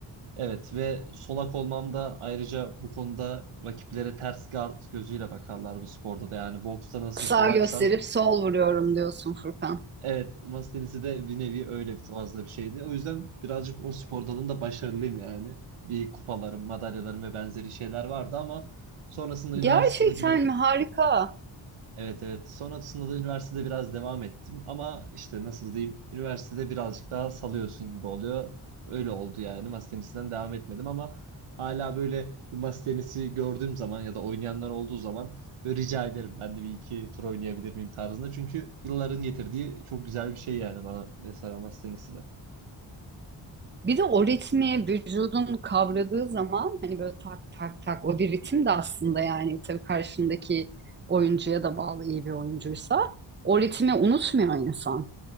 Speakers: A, on the right; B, on the right.
A: Evet ve solak olmam da ayrıca bu konuda rakiplere ters guard gözüyle bakarlar bu sporda da. Yani boksta nasıl
B: Sağ
A: solaksan
B: gösterip sol vuruyorum diyorsun Furkan.
A: Evet, masa tenisi de bir nevi öyle bir fazla bir şeydi. O yüzden birazcık o spor dalında başarılıyım yani. Bir kupalarım, madalyalarım ve benzeri şeyler vardı ama sonrasında üniversitede
B: Gerçekten
A: biraz
B: mi? Harika.
A: Evet evet. Sonrasında da üniversitede biraz devam ettim ama işte nasıl diyeyim üniversitede birazcık daha salıyorsun gibi oluyor. Öyle oldu yani. Masa tenisinden devam etmedim ama hala böyle bir masa tenisi gördüğüm zaman ya da oynayanlar olduğu zaman böyle rica ederim ben de bir iki tur oynayabilir miyim tarzında. Çünkü yılların getirdiği çok güzel bir şey yani bana mesela masa tenisi de.
B: Bir de o ritmi vücudun kavradığı zaman hani böyle tak tak tak o bir ritim de aslında yani tabii karşındaki oyuncuya da bağlı iyi bir oyuncuysa o ritmi unutmuyor insan.